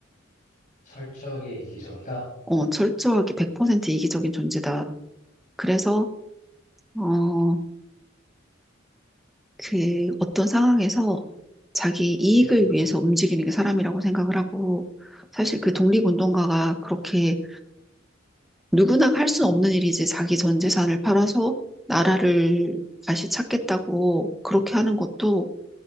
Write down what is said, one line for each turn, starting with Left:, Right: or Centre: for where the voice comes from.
Left: 철저하게 이기적이다.
Centre: 어, 철저하게 100% 이기적인 존재다. 그래서, 어, 그 어떤 상황에서 자기 이익을
Left: 음,
Centre: 위해서 움직이는 게 사람이라고 생각을 하고, 사실 그 독립운동가가 그렇게 누구나 할 수 없는 일이지. 자기 전 재산을 팔아서 나라를 다시 찾겠다고 그렇게 하는 것도